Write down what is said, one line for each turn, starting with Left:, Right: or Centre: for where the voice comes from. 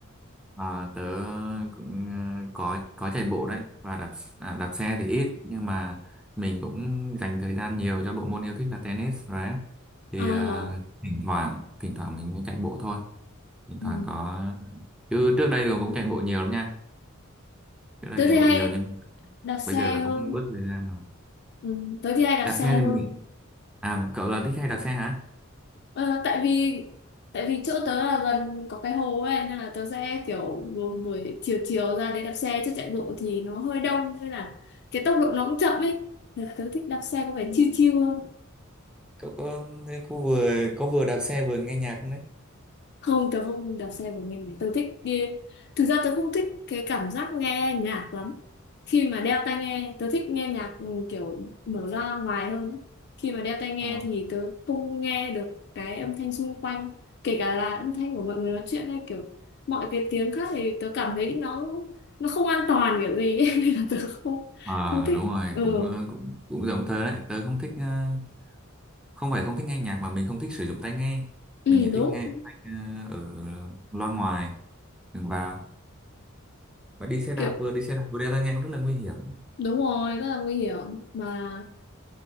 Centre: À, tớ cũng ờ, có có chạy bộ đấy và đạp à, đạp xe thì ít nhưng mà mình cũng dành thời gian nhiều cho bộ môn yêu thích là tennis rồi đấy thì
Left: à,
Centre: ờ, thỉnh thoảng thỉnh thoảng mình mới chạy bộ thôi thỉnh
Left: ừ.
Centre: thoảng có chứ trước đây rồi cũng chạy bộ nhiều lắm nha trước đây
Left: tớ
Centre: chạy
Left: thì
Centre: bộ
Left: hay
Centre: nhiều nhưng
Left: đạp xe
Centre: bây giờ là
Left: hơn
Centre: cũng bớt thời gian rồi
Left: ừ. tớ thì hay đạp
Centre: đạp
Left: xe
Centre: xe
Left: hơn
Centre: thì mình à cậu là thích hay đạp xe hả
Left: Ờ, tại vì tại vì chỗ tớ là gần có cái hồ ấy nên là tớ sẽ kiểu buổi buổi chiều chiều ra đấy đạp xe chứ chạy bộ thì nó hơi đông nên là cái tốc độ nó cũng chậm ấy Nên tớ thích đạp xe có vẻ chill chill hơn
Centre: cậu có có vừa có vừa đạp xe vừa nghe nhạc không đấy
Left: không tớ không đạp xe của mình tớ thích đi thực ra tớ không thích cái cảm giác nghe nhạc lắm khi mà đeo tai nghe tớ thích nghe nhạc ừ, kiểu mở ra ngoài hơn ấy. khi mà đeo tai nghe
Centre: Ờ.
Left: thì tớ không nghe được cái âm thanh xung quanh kể cả là âm thanh của mọi người nói chuyện hay kiểu mọi cái tiếng khác thì tớ cảm thấy nó nó không an toàn kiểu gì ấy. <laughs> nên là tớ không
Centre: Ờ
Left: không thích
Centre: đúng rồi
Left: ừ,
Centre: cũng ờ, cũng cũng giống tớ đấy tớ không thích ờ, không phải không thích nghe nhạc mà mình không thích sử dụng tai nghe
Left: ừ
Centre: mình chỉ thích
Left: đúng
Centre: nghe thanh ờ, ở loa ngoài đừng vào và đi xe đạp
Left: kiểu
Centre: vừa đi xe đạp vừa đeo tai nghe cũng rất là nguy hiểm
Left: đúng rồi rất là nguy hiểm mà